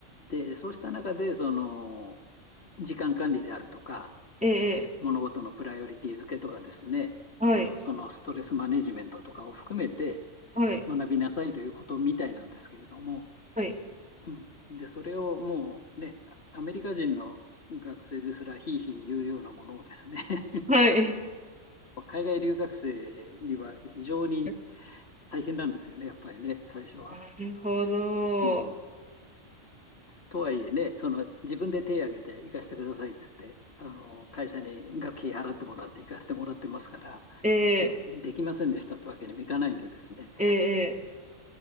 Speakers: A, on the left; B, in the centre.
A: で、そうした中で、その、時間管理であるとか、
B: ええ、
A: 物事のプライオリティ付けとかですね、
B: はい、
A: あとそのストレスマネジメントとかを含めて
B: はい、
A: 学びなさいということみたいなんですけれども、
B: はい、
A: うん、で、それをもうね、アメリカ人の学生ですらひいひい言うようなものをですね <laughs>、
B: はい。
A: 海外留学生には非常に
B: <laughs>
A: 大変なんですよね、やっぱりね、最初は。
B: なるほど。
A: うんとはいえね、その自分で手を挙げて行かせてくださいっつって、あの会社に学費払ってもらって行かせてもらってますから、
B: ええ、
A: で、できませんでしたってわけにもいかないんでですね、
B: ええ、